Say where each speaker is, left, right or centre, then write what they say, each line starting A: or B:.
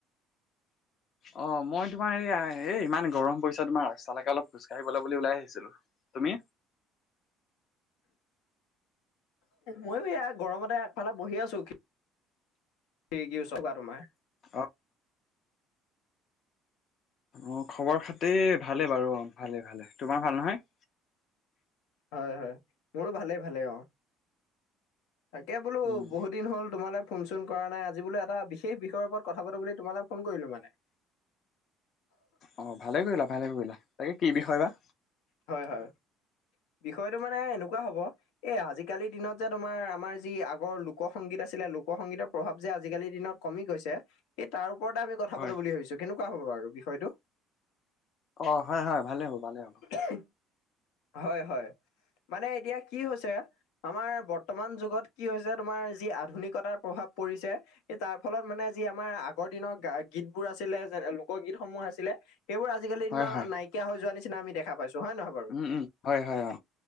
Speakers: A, on the left; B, on the left.
A: অ, মই তোমাৰ এইয়া এই ইমান গৰম পৰিচ তোমাৰ ৰাস্তালৈকে অলপ খোজকাঢ়িবলৈ বুলি ওলাই আহিছিলো। তুমি?
B: ময়ো এয়া গৰমতে আগফালে বহি আছো। <unintelligible> তোমাৰ
A: অ অঁ খবৰ খাতি ভালেই বাৰু অঁ ভালেই ভালে তোমাৰ ভাল নহয়?
B: হয় হয় মোৰো ভালেই ভালেই অ। তাকে বোলো
A: উম,
B: বহুত দিন হ'ল তোমালে ফোন চোন কৰা নাই আজি বোলে এটা বিশেষ বিষয়ৰ ওপৰত কথা পাতো বুলি তোমালে ফোন কৰিলো মানে।
A: অ, ভালে কৰিলা ভালে কৰিলা তাকে কি বিষয় বা?
B: হয় হয় বিষয়টো মানে এনেকুৱা হব। এ আজিকালিৰ দিনত যে তোমাৰ আমাৰ যি আগৰ লোক সংংগীত আছিলে লোকসংগীতৰ প্ৰভাৱ যে আজিকালিৰ দিনত কমি গৈছে এই তাৰ ওপৰতে আমি কথা
A: হয়।
B: পাতো বুলি ভাবিছো কেনেকুৱা হ'ব বাৰু বিষয়টো।
A: অ, হয় হয় ভালে হ'ব ভালেই হ'ব।
B: ইহ, হয় হয় মানে এতিয়া কি হৈছে আমাৰ বৰ্তমান যুগত কি হৈছে তোমাৰ যি আধুনিকতাৰ প্ৰভাৱ পৰিছে এই তাৰ ফলত মানে যি আমাৰ আগৰ দিনৰ গা গীতবোৰ আছিলে যে লোকগীতসমূহ আছিলে, সেইবোৰ আজ আজিকালি
A: হয়
B: দিনত
A: হয়
B: নাইকিয়া হৈ যোৱা নিচিনা আমি দেখা পাইছো হয় নহয়? বাৰু
A: উম উম হয় হয় অ